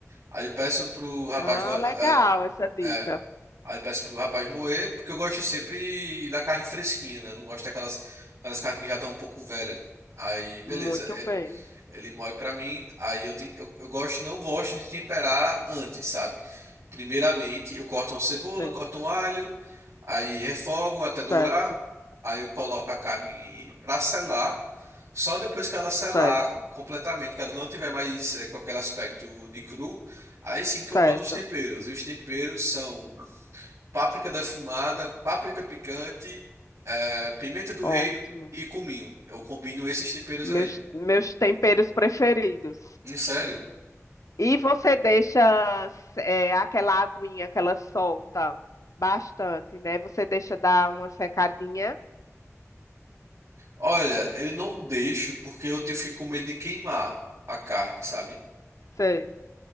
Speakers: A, on the right; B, on the left.
A: Aí eu peço pro rapaz
B: Ah,
A: do, é,
B: legal essa dica.
A: é, aí eu peço pro rapaz moer, porque eu gosto sempre da carne fresquinha, né? Eu não gosto daquelas aquelas carnes que já estão um pouco velha. Aí, beleza,
B: Muito
A: ele,
B: bem.
A: ele moe pra mim, aí eu, ten- eu, eu gosto, não gosto de temperar antes, sabe? Primeiramente, eu corto uma cebola,
B: Sei.
A: corto um alho, Aí refogo até
B: Certo,
A: dourar. Aí eu coloco a carne para selar. Só depois que ela selar
B: certo,
A: completamente, que ela não tiver mais eh, qualquer aspecto de cru, aí sim que
B: certo.
A: eu boto os temperos. E os temperos são páprica defumada, páprica picante, eh, pimenta do
B: Ótimo.
A: reino e cominho. Eu combino esses temperos
B: Meus,
A: aí.
B: meus temperos preferidos.
A: Em sério?
B: E você deixa é, aquela aguinha que ela solta bastante, né? Você deixa dar uma secadinha.
A: Olha, eu não deixo porque eu te- fico com medo de queimar a carne, sabe?
B: Sei.